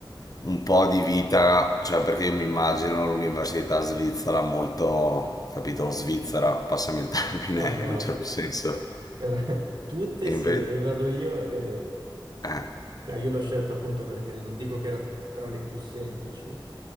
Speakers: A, on the left; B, on the right.
A: un po' di vita, cioè perché io mi immagino l'università svizzera molto, capito, svizzera, passami il <laughs> termine
B: <laughs> Ah no,
A: in un certo senso.
B: Per- <laughs> Tutte sì,
A: Invece,
B: dove vado io, e-
A: eh,
B: cioè io l'ho scelta appunto perché non dico che era tra le più semplici,